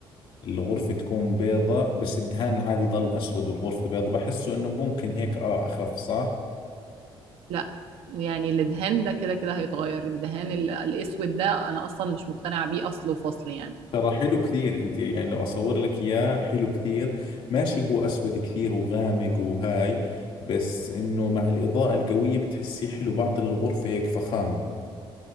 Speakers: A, on the left; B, on the right.
A: الغرفة تكون بيضة بس الدهان عادي ضل اسود والغرفة بيضة بحسه انه ممكن هيك اه اخف صح
B: لا يعني الدهان ده كده كده هيتغير الدهان ال- الاسود ده انا اصلا مش مقتنعه بيه اصل وفصل يعني
A: ترى حلو كثير انت يعني لو اصور لك اياه حلو كثير ماشي هو اسود كثير وغامق وهاي بس انه مع الاضاءة القوية بتحسيه حلو بعطي للغرفة هيك فخامة